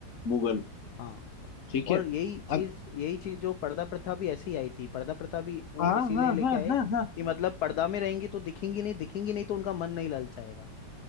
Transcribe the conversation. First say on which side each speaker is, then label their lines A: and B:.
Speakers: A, on the left; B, on the left.
A: मुगल
B: हाँ
A: ठीक है
B: और यही चीज
A: अब
B: यही चीज जो पर्दा प्रथा भी ऐसे ही आई थी पर्दा प्रथा भी वो
A: हाँ
B: इसीलिए
A: हाँ
B: लेके
A: हाँ
B: आए
A: हाँ हाँ
B: कि मतलब पर्दा में रहेंगी तो दिखेंगी नहीं दिखेंगी नहीं तो उनका मन नहीं ललचाएगा